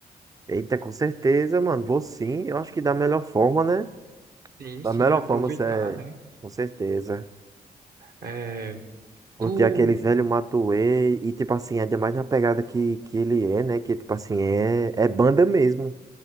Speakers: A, on the right (about 20°); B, on the right (about 65°).
A: Eita, com certeza, mano. Vou sim, eu acho que da melhor forma, né?
B: Sim,
A: Da
B: sim,
A: melhor
B: aproveitar,
A: forma, você é,
B: né?
A: com certeza.
B: É,
A: Curtir
B: tu.
A: aquele velho Matuê e tipo assim, ainda mais na pegada que, que ele é, né? Que tipo assim, é, é banda mesmo.